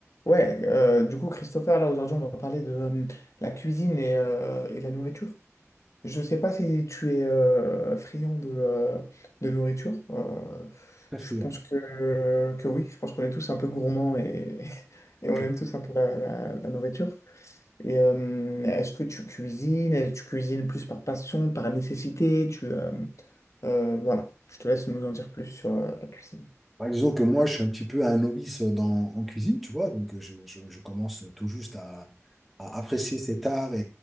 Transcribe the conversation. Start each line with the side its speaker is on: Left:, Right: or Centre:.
Left: Ouais, euh, du coup, Christopher, là, aujourd'hui, on va parler de euh, la cuisine et, euh, et la nourriture. Je sais pas si tu es euh, friand de, euh, de nourriture. Euh,
Centre: Très
Left: je
Centre: friand.
Left: pense que, que oui, je pense qu'on est tous un peu gourmands et, <laughs> et on
Centre: Ok.
Left: aime tous un peu la, la- la nourriture. Et euh, est-ce que tu cuisines? Est-ce que tu cuisines plus par passion, par nécessité? Tu, euh, euh, voilà, je te laisse nous en dire plus sur euh, la cuisine.
Centre: Ouais, disons que moi, je suis un petit peu un novice dans, en cuisine, tu vois, donc je, je- je commence tout juste à, à apprécier cet art et,